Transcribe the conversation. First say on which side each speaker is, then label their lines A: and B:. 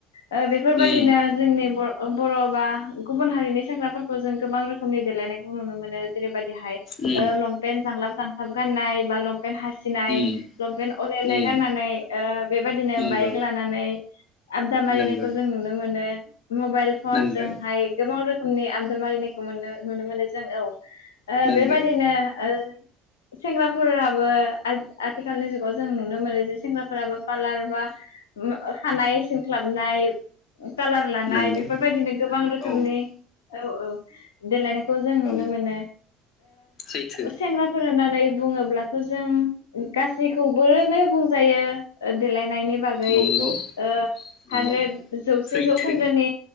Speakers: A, on the left (about 75°); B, on the left (about 45°).
A: ओ बेफोरबायाददिनो
B: उम
A: जोंनि बर' ओ बर' बा गुबुन हारिनि सेंग्राफोरखौ जों गोबां रोखोमनि देलायनायखौ नुनो मोनो जेरैबाद हाय
B: उम
A: ओ लपेन जांलाप मोजांथाब गाननाय मानब पेन्ट हासिनाय
B: उम
A: लंपेनन्ट अलेले
B: उम
A: गाननानै ओ बेबादिनो
B: नोंगो
A: बाइक लानानै आबदा मारिनायखौ
B: नोंगो
A: जों नुनो मोनो। मबाइल फन
B: नोंगो
A: जोंहाय गोबां रोख रोखोमनि आमदाम मारिनायखौ मोनो नुनो मोनो जों औ ओ
B: नोंगो
A: बेबादिनो ओ सेंग्रा फोराबो आथ-आथिखालनि जुगाव जों नुनो मोनो जे सेंग्राफोराबो पालार बा मा खानाय सिन ख्लाबनाय कालार लानाय
B: नंगौ
A: बेफोरबायदिनो गोबां रोखोमनि
B: औ
A: औ औ देलाय नों खौ जों नुनो
B: औ
A: मोनो
B: सैथो
A: ओ सेंग्राफोरा होननानै बुङो अब्लाथ' जों गासैखौबोनो बुंजायो देलायनायनि बागै
B: नंगौ
A: ओ
B: नंगौ
A: हानद्रेद जौसे
B: सैथो
A: जौखोन्दोनि